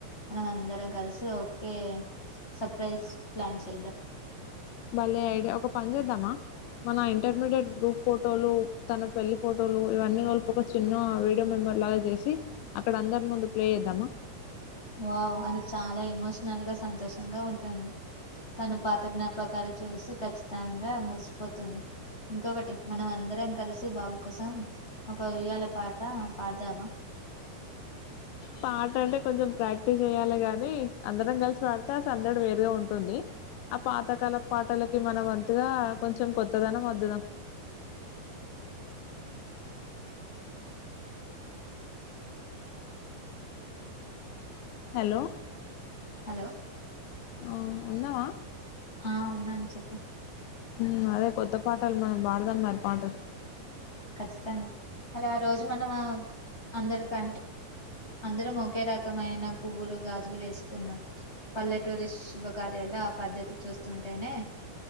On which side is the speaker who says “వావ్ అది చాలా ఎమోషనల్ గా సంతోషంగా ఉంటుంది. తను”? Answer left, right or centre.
Left